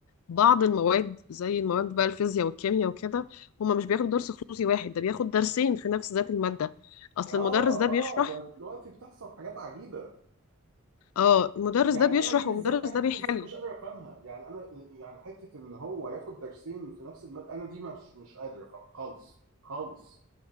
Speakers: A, on the left; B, on the right.
A: بعض المواد زي المواد بقى الفيزياء والكيمياء وكده هما مش بياخدوا درس خصوصي واحد ده بياخد درسين في نفس ذات المادة أصل
B: اه
A: المدرس ده بيشرح
B: اه ده دلوقتي بتحصل حاجات عجيبه
A: اه المدرس
B: يعني
A: ده بيشرح
B: انا دي بالذات
A: والمدرس
B: انا
A: ده
B: دي
A: بيحل
B: بالذات مش قادر افهمها يعني انا يعني حته ان هو ياخد درسين في نفس المادة انا دي مش مش قادر افهمها خالص خالص